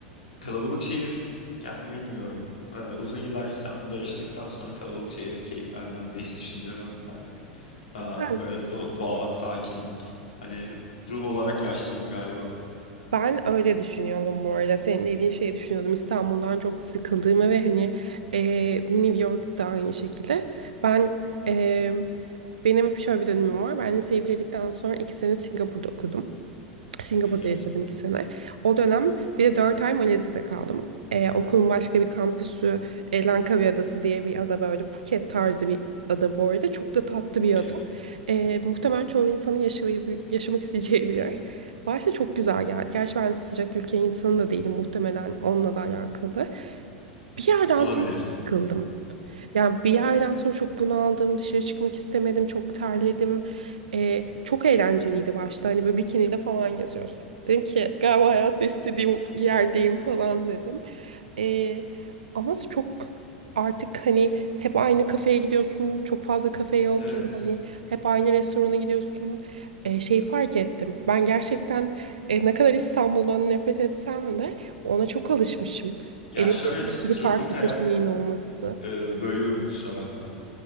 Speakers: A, on the left (about 75°); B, on the right (about 75°).
A: kalabalık şehir yani bilmiyorum. E, uzun yıllar İstanbul'da yaşadıktan sonra kalabalık şehir keyif vermez diye <laughs> düşünüyorum artık. Daha
B: Ben,
A: böyle do- doğa, sakinlik. Hani ruh olarak yaşlıyım galiba.
B: ben öyle düşünüyordum bu arada. Senin dediğin şeyi düşünüyordum. İstanbul'dan çok sıkıldığımı ve hani e, New York'ta aynı şekilde. Ben e, benim şöyle bir dönemim var. Ben liseyi bitirdikten sonra iki sene Singapur'da okudum. Singapur'da
A: Hı hı.
B: yaşadım iki sene. O dönem bir de dört ay Malezya'da kaldım. Ee, okulun başka bir kampüsü e, Langkawi Adası diye bir ada böyle Phuket tarzı bir ada bu arada. Çok da tatlı
A: Okey.
B: bir ada. Ee, muhtemelen çoğu insanın yaşayı, yaşamak isteyeceği bir yer. Başta çok güzel geldi. Gerçi ben sıcak ülke insanı da değilim muhtemelen onunla da alakalı. Bir yerden
A: Olabilir.
B: sonra çok sıkıldım. Yani bir yerden sonra çok bunaldım, dışarı çıkmak istemedim, çok terledim. Ee, çok eğlenceliydi başta hani böyle bikiniyle falan geziyorsun. Dedim ki galiba hayatta istediğim yerdeyim falan dedim. Ee, ama çok artık hani hep aynı kafeye gidiyorsun, çok fazla kafe yok
A: Evet.
B: ya da hani hep aynı restorana gidiyorsun. Ee, şeyi fark ettim. Ben gerçekten e, ne kadar İstanbul'dan nefret etsem de ona çok alışmışım.
A: Ya
B: Elimde
A: şöyle
B: bir
A: t-
B: sürü
A: tropik
B: farklı
A: hayat
B: seçeneğin olması.
A: e, bölüyorum kusura bakma.